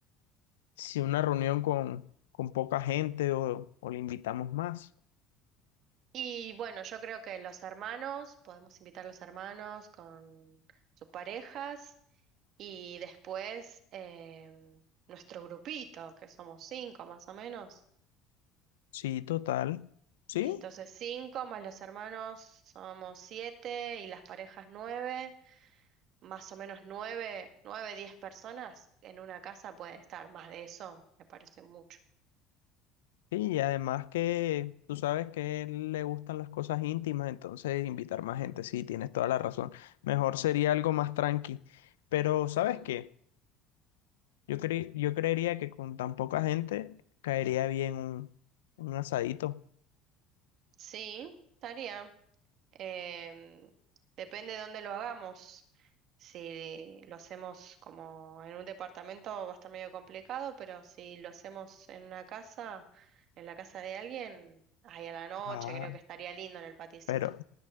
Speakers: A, on the left; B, on the right.
A: si una reunión con, con poca gente o, o le invitamos más.
B: Y bueno, yo creo que los hermanos, podemos invitar a los hermanos con sus parejas y después em, nuestro grupito, que somos cinco más o menos.
A: Sí, total. Sí,
B: Y entonces cinco más los hermanos somos siete y las parejas nueve, más o menos nueve, nueve, diez personas en una casa pueden estar, más de eso me parece mucho.
A: Sí, y además que tú sabes que él le gustan las cosas íntimas, entonces invitar más gente, sí, tienes toda la razón. Mejor sería algo más tranqui. Pero, ¿sabes
B: Mm.
A: qué? Yo cre- yo creería que con tan poca gente caería bien un, un asadito.
B: Sí, estaría. Em, depende de dónde lo hagamos. Si lo hacemos como en un departamento va a estar medio complicado, pero si lo hacemos en una casa, en la casa de alguien, ahí a la noche
A: Ah,
B: creo que estaría lindo en el patiecito.
A: pero,